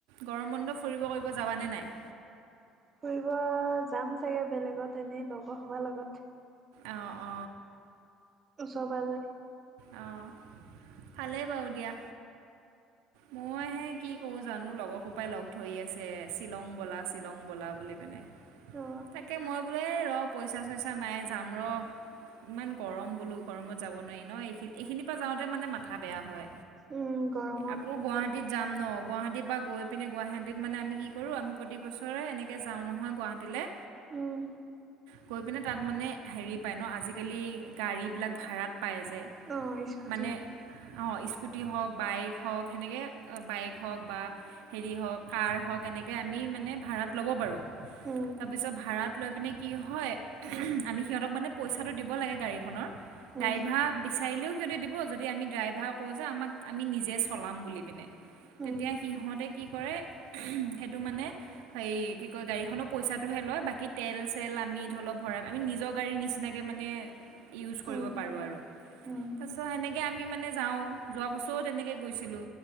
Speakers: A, on the right; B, on the right.
A: গৰম বন্ধ ফুৰিব কৰিব যাবানে নাই
B: ফুৰিব যাম চাগে বেলেগত এনেই লগৰ সোপাৰ লগত
A: অহ অহ
B: ওচৰ পৰা যে
A: অঁহ ভালেই বাৰু দিয়া মইহে কি কৰো জানো লগৰ সোপাই লগ ধৰি আছে শ্বিলং ব'লা শ্বিলং বলা বুলি পিনে
B: অ
A: তাকে মই বোলোঁ এই ৰ পইচা চইচা নাই যাম ৰ ইমান গৰম বোলো গৰমত যাব নোৱাৰি নহয় এইখিনি এইখিনিৰ পৰা যাওঁতে মানে মাথা বেয়া হয়
B: উম গৰমত
A: আকৌ
B: দিগদাৰ
A: গুৱাহাটীত
B: লাগে
A: যাম ন গুৱাহাটীৰ পৰা গৈ পিনে গুৱাহাটীত মানে আমি কি কৰোঁ আমি প্ৰতিবছৰে এনেকে যাওঁ নহয় গুৱাহাটীলে
B: উম
A: গৈ পিনে তাত মানে হেৰি পায় ন আজিকালি গাড়ীবিলাক ভাড়াত পায় যে
B: অ স্কুটি
A: মানে অহ স্কুটি হওঁক বাইক হওঁক সেনেকে বাইক হওঁক বা হেৰি হওঁক কাৰ হওঁক এনেকে আমি মানে ভাড়াত ল'ব পাৰোঁ
B: উম
A: তাৰপিছত ভাড়াত লৈ পিনে কি হয় আমি সিহঁতক মানে পইচাটো দিব লাগে গাড়ীখনৰ
B: উম
A: ড্ৰাইভা বিচাৰিলোঁ সিহঁতি যদি আমি ড্ৰাইভাৰ কওঁ আমাক আমি নিজে চলাম বুলি পিনে তেতিয়া
B: উম
A: সি সিহঁতে কি কৰে উম হেতু মানে সেই গাড়ী খনৰ পইছা তটোহে লয় বাকী তেল চেল আমি ধৰি লওক ভৰাই আমি নিজৰ গাড়ীৰ নিচিনাকৈ মানে ইউজ কৰিব
B: উম
A: পাৰোঁ আৰু
B: উম
A: চ' সেনেকৈ আমি মানে যাওঁ যোৱা বছৰো তেনেকৈ গৈছিলোঁ